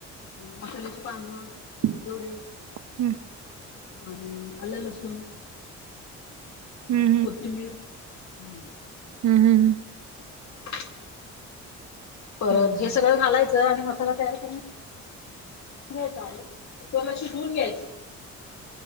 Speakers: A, on the left (about 65°); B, on the right (about 70°).
A: मसाल्याची पानं
B: <unintelligible>
A: दोडे.
B: हम्म.
A: आणि आलं- लसूून. परत
B: हम्म
A: कोथिंबीर. हम्.
B: हम्, हम, ह.
A: <inaudible> परत
B: हम्म.
A: हे सगळं घालायचं. आणि मसाला तयार करून घ्यायचा. <unintelligible> तो न अशी धूऊन घ्यायच.